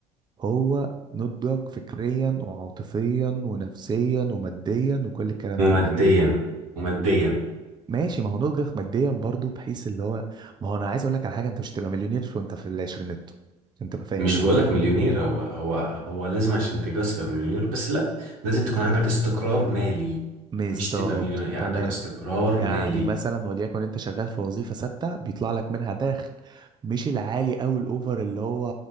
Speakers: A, on the right; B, on the right.
A: هو نضجك فكريا وعاطفيا ونفسيا وماديا وكل الكلام
B: وماديا
A: ده
B: وماديا
A: ماشي ما هو نضجك ماديا برضو بحيث اللي هو ما هو انا عايز اقول لك على حاجه انت مش هتبقى مليونير وانت في العشرينات عشان تبقى فاهم
B: مش
A: يعني
B: بقولك مليونير هو هو هو لازم عشان تتجوز تبقى مليونير بس لا لازم تكون عندك استقرار مالي
A: بالظبط
B: مش تبقى مليونير يعني
A: تمام
B: عندك استقرار
A: يعني
B: مالي
A: مثلا وليكن انت شغال في وظيفه ثابته بيطلع لك منها دخل مش العالي او الاوفر اللي هو